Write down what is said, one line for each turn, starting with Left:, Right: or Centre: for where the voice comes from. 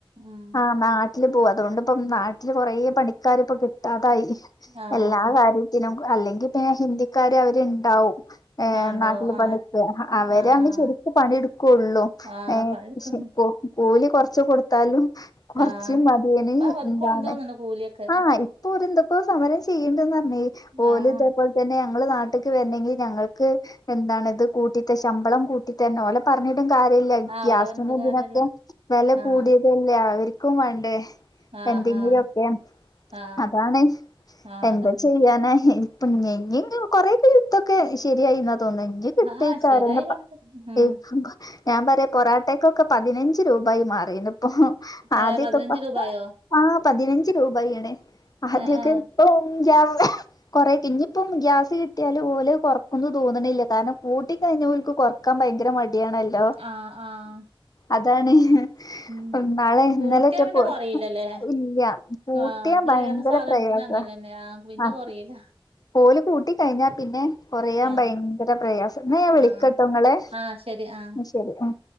Right: ഉം
Left: ആഹ് നാട്ടില് പോവാ അതുകൊണ്ടിപ്പം നാട്ടില് കൊറേ പണിക്കാർ ഇപ്പ കിട്ടാതായി
Right: ആഹ്
Left: എല്ലാ കാര്യവും അല്ലെങ്കിൽ പിന്നെ ഹിന്ദിക്കാര് അവരുണ്ടാവും ഏഹ്
Right: ആഹ് ഇണ്ടാവും
Left: നാട്ടില്
Right: ആഹ്
Left: പണി എടുക്ക അവരെ
Right: ആഹ്
Left: അങ്ങ്
Right: ആഹ്
Left: ശരിക്കും പണിയെടുക്കുള്ളൂ
Right: ആഹ്
Left: ഏഹ്
Right: പണിയെടുക്ക
Left: കൂലി കുറച്ച് കൊടുത്താലും
Right: ആഹ്
Left: ചി <unintelligible>
Right: ഇപ്പ അവർക്കും ഉണ്ട് തോന്ന്ണ് കൂലിയൊക്കെ
Left: ആഹ് ഇപ്പോഇത് എന്തൊക്കോ സമരം ചെയ്യണ്ടന്ന് പറഞ്ഞ ഓലും
Right: ആഹ്
Left: ഇതേ പോലെ തന്നെ ഞങ്ങൾ നാട്ടിക്ക് വരണെങ്കിൽ ഞങ്ങൾക്ക് എന്താണ് ഇത് കൂട്ടിട്ട ശമ്പളം കൂട്ടിട്ട തന്നെ ഓല പറഞ്ഞിട്ടും കാര്യല്ല
Right: ആഹ്
Left: ഗ്യാസിന്
Right: ഓലെ പറഞ്ഞിട്ട്
Left: ഇതിനൊക്കെ
Right: കാര്യല്ല
Left: വെല
Right: ആഹ്
Left: കൂടിയതല്ലേ അവർ ക്കും വേണ്ടേ
Right: ആഹ്
Left: എന്തെങ്കിലൊക്കെ
Right: ആഹ് ആഹ്
Left: അതാണ്
Right: ആഹ്
Left: എന്താ
Right: അതാ
Left: ചെയ്യാന ഇപ്പ ഞ്ഞി ങ്ങ കൊറ ക ഇതൊക്കെ ശരിയായി എന്നാ തോന്ന ഇനി കിട്ടിക്കാര
Right: ആഹ് ശരിയായി കൊണ്ട് ഉം
Left: <unintelligible> ഞാൻ പറയാ പൊറാട്ടക്കൊക്കെ പതിനഞ്ച് രൂപായി മാറിണ്ട് ഇപ്പൊ ആദ്യക്കെ
Right: ഏഹ് പതിനഞ്ച്
Left: പ
Right: രൂപായോ
Left: ആ പതിനഞ്ച് രൂപണേ ആദ്യൊക്കെ
Right: ഏഹ് ഏഹ്
Left: ഓഹ് ജാവ കൊറക്കെ ഇനിയിപ്പം ഗ്യാസ് കിട്ടിയാല് ഓല് കൊറക്കുന്ന് തോന്നണില്ല കാരണം കൂട്ടി കഴിഞ്ഞോല്ക്ക് കൊറ ക്കാൻ ഭയങ്കര മടിയാണല്ലോ
Right: ആഹ് ആഹ്
Left: അതാണ്ഹ്
Right: ഉം
Left: നാളെ ഇന്നലെറ്റെ
Right: കൂട്ടിയാ പിന്നെ
Left: പോ
Right: കൊറയില്ലല്ലേ
Left: ഇല്ല കൂട്ടിയാ
Right: ആഹ്
Left: ഭയങ്കര
Right: ഏത് സാധനത്തിനു
Left: പ്രയാസാ
Right: അങ്ങനന്നെയ പിന്നെ
Left: ആഹ്
Right: കൊറയില്ല
Left: ഓല് കൂട്ടി കഴിഞ്ഞാ പിന്നെ കൊറയാം
Right: ആഹ്
Left: ഭയങ്കര പ്രയാസം ന്നാ ഞാ വിളിക്കാട്ടൊങ്ങളെ
Right: ആഹ് ആഹ് ശരി ആഹ്
Left: ശരി ഉ